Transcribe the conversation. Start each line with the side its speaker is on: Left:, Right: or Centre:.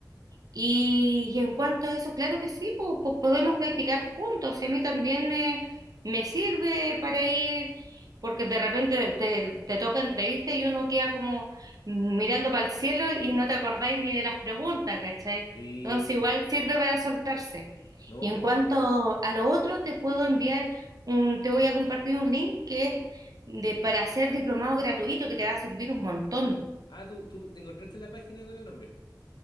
Right: Y, y en cuanto a eso, claro que sí, pues, pues podemos practicar juntos. Y a mí también me, me sirve para ir, porque de repente te, te toca entrevista y uno queda como mirando para el cielo y no te acordáis ni de las preguntas, ¿cachai?
Left: Sí,
Right: Entonces igual sirve para soltarse.
Left: no.
Right: Y en cuanto a lo otro, te puedo enviar un, te voy a compartir un link que es de, para hacer diplomado gratuito que te va a servir un montón.
Left: Ah, ¿tú, tú, tú encontraste la página con el nombre?